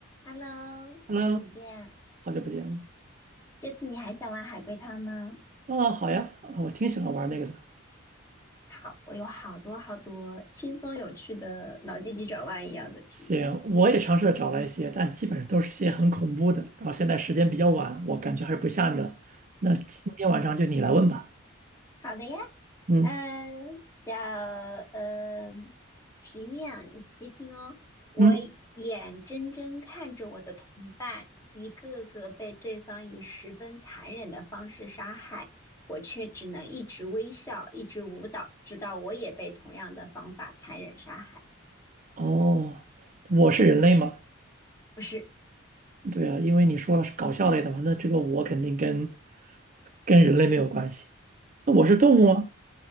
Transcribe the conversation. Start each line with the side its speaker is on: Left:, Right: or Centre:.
Left: Hello，
Right: Hello，
Left: 好久不见。
Right: 好久不见啊！
Left: 这次你还想玩海龟汤吗？
Right: 哦好呀，啊我挺喜欢玩那个的。
Left: 好，我有好多好多轻松有趣的脑筋急转弯一样的题。
Right: 行，我也尝试着找了一些，但基本上都是一些很恐怖的。然后现在时间比较晚，我感觉还是不吓你了。那今天晚上就你来问吧。
Left: 好的呀，
Right: 嗯
Left: 嗯，叫嗯奇面啊，你仔细听哦。我眼睁睁看着我的同伴一个个被对方以十分残忍的方式杀害，
Right: 嗯，
Left: 我却只能一直微笑，一直舞蹈，直到我也被同样的方法残忍杀害。
Right: 哦，我是人类吗？
Left: 不是，
Right: 对啊，因为你说了是搞笑类的嘛，那这个我肯定跟跟人类没有关系。那我是动物吗？
Left: 嗯，